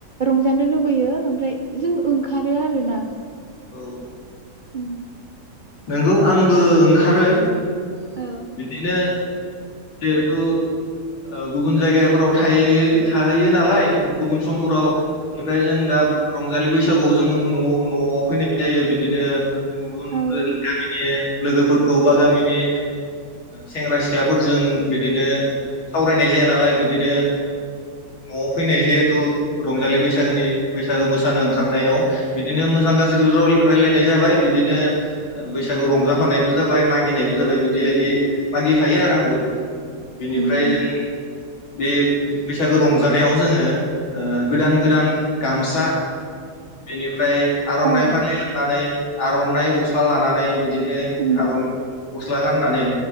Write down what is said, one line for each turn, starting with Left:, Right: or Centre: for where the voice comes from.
Right: रंजानो लुबैयो ओमफ्राय जों
Left: औ
Right: ओंखारो आरोना। <inaudible>
Left: औ।
Right: उम
Left: नंगौ आंबो ओंखारो।
Right: औ
Left: बिदिनो जिहेथु ओ गुबुन जायगाफोराव थाय थाहैयो नालाय। गुबुन समफोराव ओमफ्राय जों दा रंजालि बैसाग बैसागुआव जोङो न' न'आव फैनाय जायो बिदिनो। गुबुन
Right: औ
Left: गामिनि लोगोफोरखौ बा गामिनि सेंग्रा सिख्लाफोरजों बिदिनो सावरायनाय जाया नालाय बिदिनो न'आव फैनाय जिहेथु रंजालि बैसागोनि बैसागो मोसानो ओंखारनायाव बिदिनो मोजां गाज्रि रायलायनाय जाबाय बिदिनो ओ बैसागो रंजाफानायबो जाबाय। मागिनायबो जाबाय बिदि बायदि मागि फायो आरो आंबो। बेनिफ्राय
Right: उम
Left: जों
Right: उम
Left: बे बैसागो रंजानायाव जोङो ओ गोदान गोदान गामसा बेनिफ्राय आर'नाइ
Right: औ
Left: फारि लानानै आर'नाइ ग लानानै। बिदिनो
Right: उम
Left: आर'नाइ गस्ला गाननानै